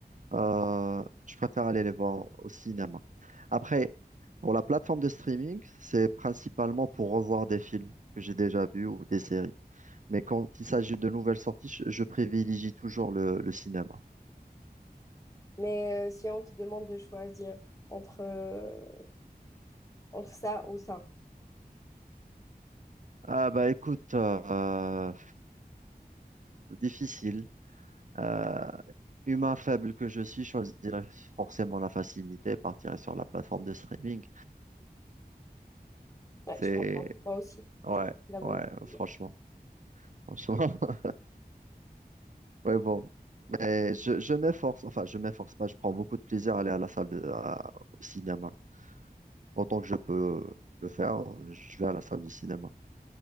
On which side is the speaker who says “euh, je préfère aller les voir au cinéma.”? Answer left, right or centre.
Right